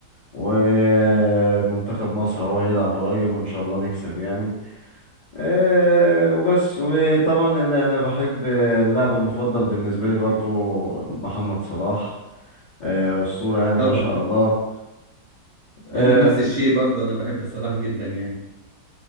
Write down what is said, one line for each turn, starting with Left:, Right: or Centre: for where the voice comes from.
Left: ومنتخب مصر هو هيلعب قريب وان شاء الله نكسب يعني آه وبس وطبعا اللي انا بحب اللاعب المفضل بالنسبة لي برضو محمد صلاح آه أسطورة يعني
Right: طبعا
Left: ما شاء الله آه،
Right: انا نفس الشيء برضه انا بحب صلاح جدا يعني